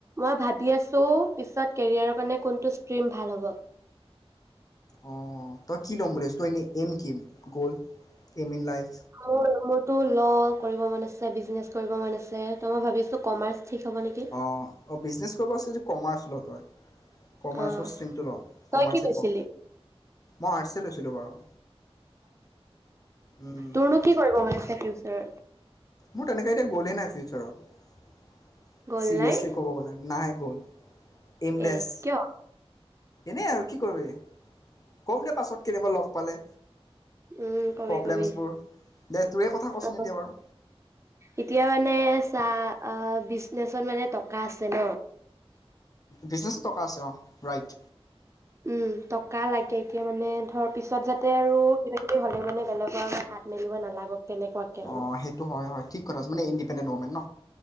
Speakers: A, on the right; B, on the left.
A: মই ভাবি আছো পিছত কেৰিয়াৰৰ কাৰণে কোনটো ষ্ট্ৰিম ভাল হ'ব?
B: অ তই কি ল'ম বুলি, তই এনেম কিম কি? গ'ল এম ইন লাইফ
A: অ ম তটো ল' কৰিব মন আছে, বিজনেচ কৰিব মন আছে ত' মই ভাবি আছো কমাৰ্চ, ঠিক হ'ব নেকি।
B: অ অ বিজনেচ কৰিব আছে যদি কমাৰ্চ ল ত‌ই কমাৰ্চৰ
A: অ',
B: ষ্ট্ৰীমটো ল।
A: তই
B: কমাৰ্চে
A: কি লৈছিলি?
B: পহ। মই আৰ্টছে লৈছিলোঁ বাৰু। উম,
A: দুৰ্নীতি কৰিব মানে খেটো তাৰ
B: মোৰ তেনেকে এতিয়া গ'লেই নাই ফিউচৰত।
A: গ'ল
B: চিৰিয়াছলি
A: নাই
B: ক'ব গ'লে নাই গল এইমলেছ
A: এ কিয়?
B: এনেই আৰু কি কৰিবি। ক'ম দে পাছত কেতিয়াবা লগ পালে
A: উম কবি
B: প্ৰব্লেমছবোৰ
A: কবি।
B: দে তোৰে কথা কচোন
A: আহ
B: এতিয়া বাৰু
A: এতিয়া মানে চাহ বিজনেছত মানে টকা আছে ন?
B: বিজনেছো টকা আছে অঁ, ৰাইট
A: উম টকা লাগে এতিয়া মানে, ধৰ পিছত যাতে আৰু কিবাকিবি হ'লে মানে বেলেগৰ আগত হাত মেলিব নালাগক। তেনেকুৱাকে আৰু।
B: অ', সেইটো হয় হয় ঠিক কথা। মানে কেলে নমে ন।